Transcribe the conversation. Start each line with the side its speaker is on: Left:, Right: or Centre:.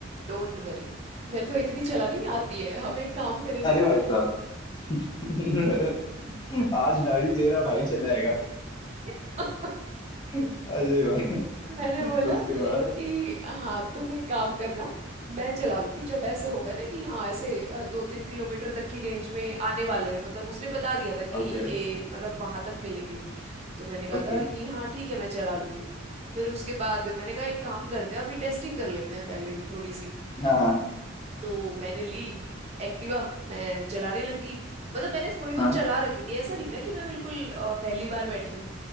Right: डोंट वरी मेरे को इतनी चलानी आती है हम एक काम करेंगे
Left: अरे भाई साहब <laughs> आज गाड़ी तेरा भाई चलाएगा
Right: <laughs>
Left: अरे भाई
Right: मैंने बोला
Left: उसके बाद
Right: कि हाँ तुम एक काम करना मैं चला लूंगी जब ऐसे होगा ना कि हाँ ऐसे अ, दो तीन किलोमीटर तक की रेंज में आने वाले हैं मतलब उसने बता दिया था कि
Left: ओके
Right: ये मतलब वहां तक मिलेंगे तो मैंने कहा
Left: ओके
Right: था कि हाँ ठीक है मैं चला लूंगी फिर उसके बाद मैंने कहा एक काम करते हैं अभी टेस्टिंग कर लेते हैं पहले थोड़ी सी
Left: हाँ हाँ
Right: तो मैंने ली एक्टिवा मैं चलाने लगी मतलब मैंने थोड़ी बहुत
Left: हाँ
Right: चला रखी थी ऐसा नहीं था कि मैं बिल्कुल अ, पहली बार बैठी हूँ